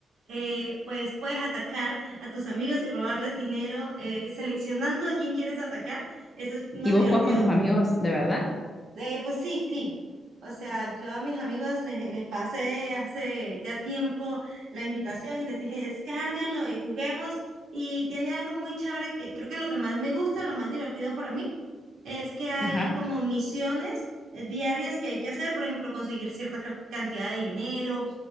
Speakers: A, on the right (about 70°); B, on the left (about 15°).
A: eh, pues puedes atacar a tus amigos y robarles dinero, eh, seleccionando a quién quieres atacar. Eso es más
B: ¿Y vos
A: divertido
B: jugás con tus amigos de verdad?
A: eh, pues sí, sí. O sea, yo a mis amigos les, les pasé hace ya tiempo la invitación y les dije, descárguenlo y juguemos. Y tiene algo muy chévere que creo que lo que más me gusta, lo más divertido para mí, es que hay
B: Ajá.
A: como misiones eh, diarias que hay que hacer. Por ejemplo, conseguir cierta ca- cantidad de dinero,